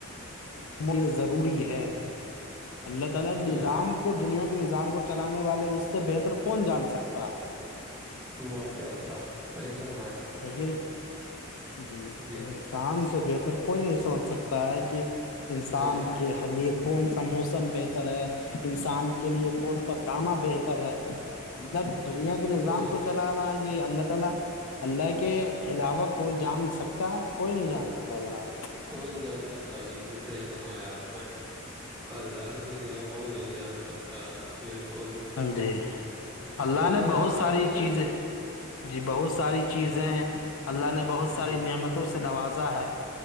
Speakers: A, on the left; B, in the centre.
A: یہ ضروری ہے اللہ تعالی
B: بے
A: نظام
B: شک
A: کو دنیا کے نظام کو چلانے والے اس سے بہتر کون جان سکتا ہے
B: ماشاء اللہ صحیح فرمایا آپ نے
A: لیکن جی تو ان کی
B: جی
A: شان سے بہتر کوئی نہیں سمجھ سکتا ہے کہ انسان
B: بے شک
A: کے کے لیے کون سا موسم بہتر ہے انسان کے لیے کون سا دانا بہتر ہے اللہ دنیا کے نظام
B: بے
A: کو
B: شک
A: چلا رہا ہے جی اللہ تعالی اللہ کے علاوہ کوئی جان سکتا ہے کوئی نہیں جان سکتا جناب
B: کوئی نہیں جان سکتا بالکل صحیح فرمایا آپ نے اللہ کے سوا کوئی نہیں جان سکتا ہے بالکل
A: جی اللہ
B: جی
A: نے
B: جناب
A: بہت ساری
B: سنائیے
A: چیزیں جی بہت ساری چیزیں اللہ نے بہت ساری
B: جی
A: نعمتوں سے نوازا ہے